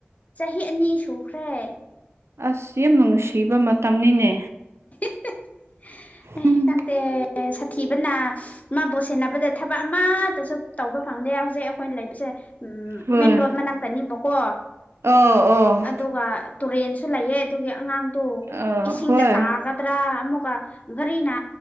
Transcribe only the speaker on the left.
ꯆꯍꯤ ꯑꯅꯤ ꯁꯨꯈ꯭ꯔꯦ
<inaudible> <unintelligible>
ꯁꯥꯊꯤꯕꯅ ꯃꯥꯕꯨ ꯁꯦꯟꯅꯕꯗ ꯊꯕꯛ ꯑꯃꯠꯇꯁꯨ ꯇꯧꯕ ꯐꯪꯗꯦ ꯍꯧꯖꯤꯛ ꯑꯩꯈꯣꯏꯅ ꯂꯩꯕꯁꯦ ꯎꯝ
ꯃꯦꯟ ꯔꯣꯠ ꯃꯅꯥꯛꯇꯅꯦꯕꯀꯣ
ꯑꯗꯨꯒ ꯇꯨꯔꯦꯟꯁꯨ ꯂꯩꯌꯦ ꯑꯗꯨꯒꯤ ꯑꯉꯥꯡꯗꯣ
ꯏꯁꯤꯡꯗ
ꯇꯥꯒꯗ꯭ꯔꯥ ꯑꯃꯨꯛꯀ ꯒꯔꯤꯅ